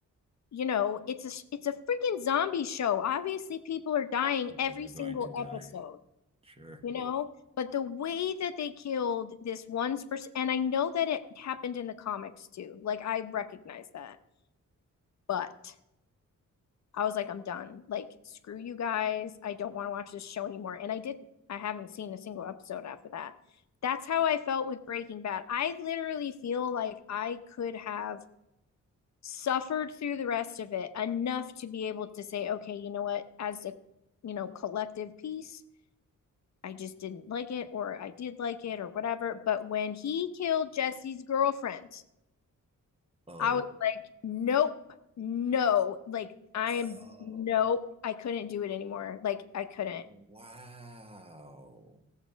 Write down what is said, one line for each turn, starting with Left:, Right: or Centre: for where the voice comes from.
Left: you know it's a it's a freaking zombie show obviously people are dying
Right: People
Left: every
Right: are going
Left: single
Right: to die.
Left: episode
Right: Sure.
Left: you know but the way that they killed this one person and i know that it happened in the comics too like i recognize that but I was like, I'm done. Like, screw you guys. I don't want to watch this show anymore. And I didn't. I haven't seen a single episode after that. That's how I felt with Breaking Bad. I literally feel like I could have suffered through the rest of it enough to be able to say, okay, you know what, as a you know, collective piece, I just didn't like it, or I did like it, or whatever. But when he killed Jesse's girlfriend,
Right: Oh.
Left: I was like, nope, no. Like,
Right: Oh.
Left: I am, nope. I couldn't do it anymore. Like, I couldn't.
Right: Wow.